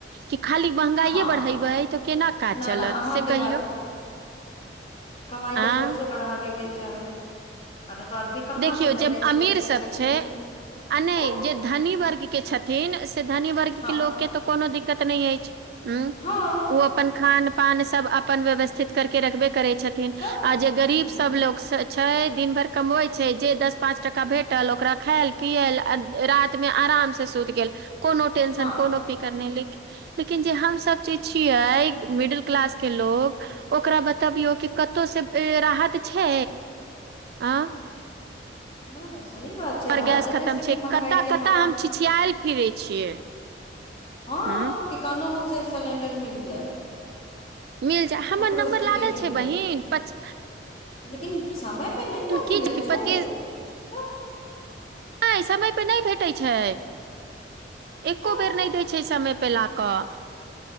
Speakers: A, on the right (about 60°); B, on the left (about 35°).
A: कि खाली महगाये
B: हँ
A: बढ़ेबै तऽ केना काज
B: न
A: चलत
B: न अहाँके
A: से कहियौ
B: कमाई
A: आँ
B: के सोर्सो बढ़ाबे के चाही आ नहि तो आदमी कहाँ
A: देखियौ
B: से मैनेज
A: जे अमीर
B: कर
A: सब
B: सकी
A: छै आ नहि
B: तऽ
A: जे धनी वर्ग के छथिन धनी वर्ग
B: हँ
A: के लोक के तऽ कोनो दिक्कत नहि अछि ओ
B: हँ
A: अपन खान पान सब अपन व्यवथित करके रखबै करै छथिन आ
B: तऽ
A: जे गरीब
B: ह
A: सब लोक स छइ दिनभर कमबैत छै जे दस पाँच टाका भेटल ओकरा खायल पियेल राति मे आराम से सुति गेल कोनो टेशन
B: हँ
A: कोनो फिकर नहि लेक लेकिन जे हमसब सोचै छियाई मिडिल क्लास के लोक ओकरा बतबियौ कतौ से राहत छै आ
B: न न सही बात छै
A: पर
B: हर
A: गैस
B: दने
A: खतम
B: से
A: छै
B: महंगाई
A: कतऽ
B: के
A: कतऽ
B: मार
A: हम छिछियाल फिरे छियै
B: हां
A: ह
B: कि कन हूं से सिलेंडर मिल जाय
A: मिल जाय हमर
B: ककरो
A: नम्बर
B: दिगे
A: लागल
B: मिल
A: छै बहिन
B: जाय
A: पच
B: लेकिन समय पे नहि ने
A: की
B: मिलल
A: पच्चीस
B: छै तऽ <inaudible>
A: नहि समयपे नहि भेटैत छै एको
B: तऽ
A: बेर नहि दै छै समय पर ला कऽ